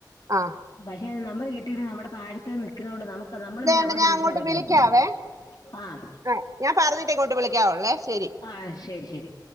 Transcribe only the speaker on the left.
പക്ഷെ നമ്പറ് കിട്ടിയിട്ട് നമ്മടെ താഴെത്ത് നിക്ക്ന്നത്കൊണ്ട് നമുക്ക് നമ്മള്
പിന്നെ അവർക്ക്
<unintelligible> വിളിയ്ക്കാവേ
ആഹ്
ആഹ് ശെരി ശെരി